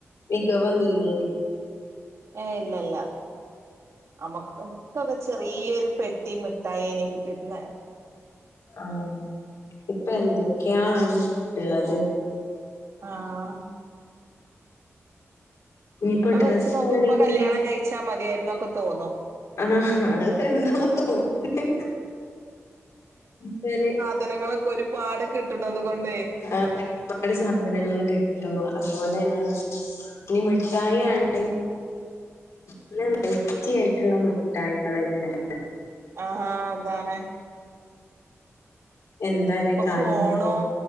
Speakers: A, on the left; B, on the right.
A: മികവൊന്നില്ലേനി
B: ഏ ഇല്ല ഇല്ല അമ്മക്ക് സൊഗത് ചെറിയൊരു പെട്ടി മിട്ടായി ഏനി കിട്ടിരുന്നെ
A: ആഹ് ഇപ്പൊ എന്തൊക്കെയാണ് ഇള്ളത്.
B: ആഹ്
A: ഇനിയിപ്പോ
B: ഇപ്പൊ
A: ഡ്രസ്സ്
B: വെച്ച് നോക്കു
A: ആണെങ്കിലും
B: പ്പൊ കല്യാണം കഴിച്ചാമതിയായിരുന്നൊക്കെ തോന്നും.
A: ആഹ്ഹാഹ് അഹ്പ്പെന്നോ തോന്നി ച്ചാല്,
B: ത്തനങ്ങളൊക്കെ ഒരുപാട് കിട്ടണതുകൊണ്ടേയ്.
A: ആഹ് ഒരുപാട് സാധനങ്ങള് കിട്ടും അതുപോലെന്നെ ഇനി മിഠായി ആണെ പിന്നെ വെയിറ്റിയായിട്ടുള്ള മുട്ടായികളായികാരം.
B: ആഹ് അതാണ്
A: എന്താലേ
B: ഇപ്പൊ
A: കാലം
B: ഫോണോ
A: പോക